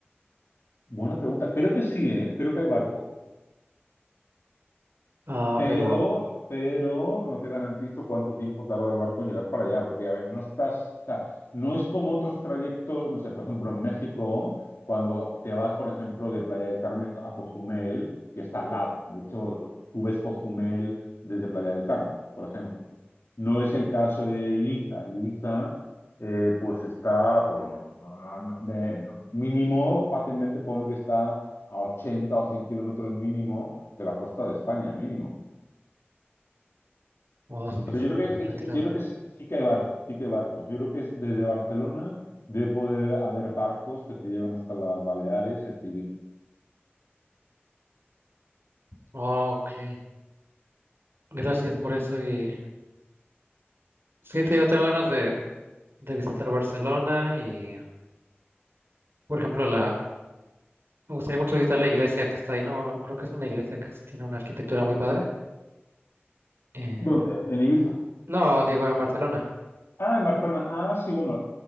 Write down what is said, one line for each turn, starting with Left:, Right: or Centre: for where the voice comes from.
Left: Buena pregunta, creo que sí, ¿eh? Creo que hay barco.
Right: Ah,
Left: Pero,
Right: pero,
Left: pero no te garantizo cuánto tiempo tarda el barco en llegar para allá, porque a ver, no estás, o sea, no es como otros trayectos, no sé, por ejemplo, en México, cuando te vas, por ejemplo, de Playa del Carmen a Cozumel y está al lado. De hecho, tú ves Cozumel desde Playa del Carmen, por ejemplo. No es el caso de Ibiza. Ibiza, eh, pues está, pues, no, no, no, no, de- no, mínimo, fácilmente ponle que está a 80 o 100 kilómetros mínimo de la costa de España, mínimo.
Right: oh, sí,
Left: Pero
Right: sí,
Left: yo
Right: está
Left: creo que,
Right: retirado.
Left: que- que- yo creo que sí, que sí que hay barcos, sí que hay barcos. Yo creo que es- desde Barcelona debe poder haber barcos que te llevan hasta las Baleares y hasta Ibiza.
Right: Ok, gracias por eso y Sí, te digo, tengo ganas de, de visitar Barcelona y, por ejemplo, la, me gustaría mucho visitar la iglesia que está ahí, ¿no? Creo que es una iglesia que s- tiene una arquitectura muy padre. Eh,
Left: ¿Dónde? En Ibiza.
Right: no, digo, en Barcelona.
Left: Ah, en Barcelona. Ah, sí, bueno,